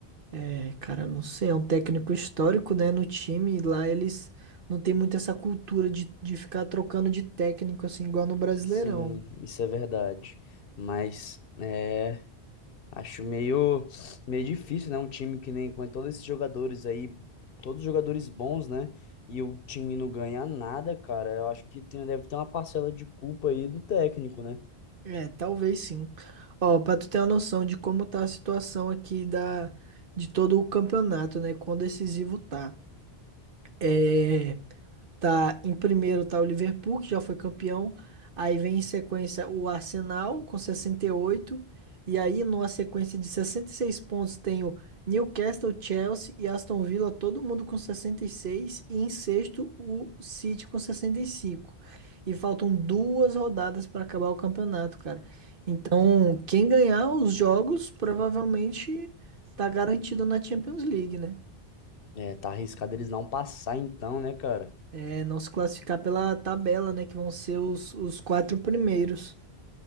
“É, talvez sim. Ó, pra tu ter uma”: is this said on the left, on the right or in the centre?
Right